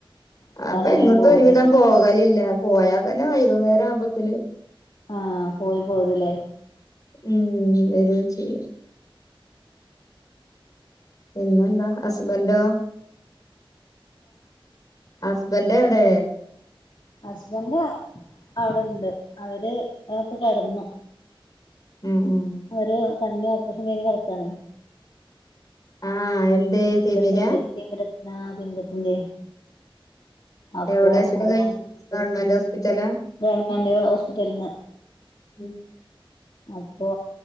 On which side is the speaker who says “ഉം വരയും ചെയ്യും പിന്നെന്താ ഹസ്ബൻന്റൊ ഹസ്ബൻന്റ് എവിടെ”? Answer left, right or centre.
Left